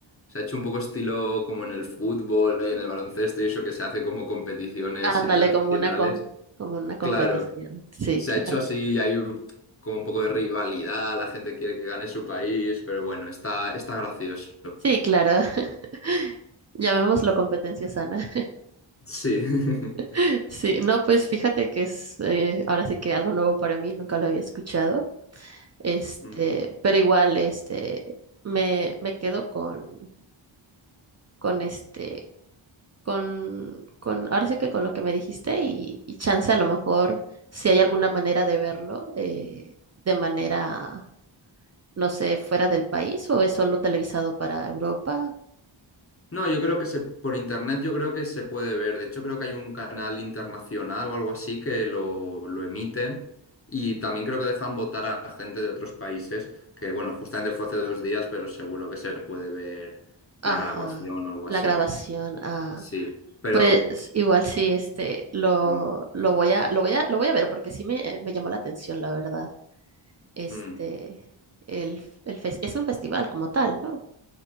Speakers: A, on the left; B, on the right.
A: Se ha hecho un poco estilo como en el fútbol y en el baloncesto y eso que se hace como competiciones
B: Ándale,
A: internacionales.
B: como una com- como una competición.
A: Claro,
B: Sí,
A: se
B: claro.
A: ha hecho así y hay un- como un poco de rivalidad, la gente quiere que gane su país, pero bueno, está, está gracioso.
B: Sí, claro. <laughs> Llamémoslo competencia sana.
A: Sí. <laughs>
B: <laughs> Sí, no, pues fíjate que es eh, ahora sí que algo nuevo para mí, nunca lo había escuchado. Este,
A: Mm.
B: pero igual, este, me, me quedo con, con este, con, con, ahora sí que con lo que me dijiste y, y chance a lo mejor si hay alguna manera de verlo eh, de manera, no sé, fuera del país o es solo televisado para Europa.
A: No, yo creo que se, por internet yo creo que se puede ver. De hecho, creo que hay un canal internacional o algo así que lo, lo emiten. Y también creo que dejan votar a gente de otros países, que bueno, justamente fue hace dos días, pero seguro que se puede ver
B: Ajá,
A: la grabación o algo
B: la
A: así.
B: grabación. Ah,
A: Sí, pero...
B: pues igual sí, este, lo,
A: mm,
B: lo voy a, lo voy a, lo voy a ver porque sí me, me llamó la atención, la verdad. este,
A: mm.
B: el, el fes- es un festival como tal, ¿no?